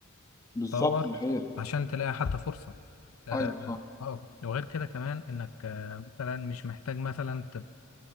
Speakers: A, on the left; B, on the left.
A: بالظبط
B: تطور
A: الحقيقة
B: عشان تلاقي حتى فرصة اه
A: ايوه صح
B: آه. وغير كده كمان انك آه، مثلا مش محتاج مثلا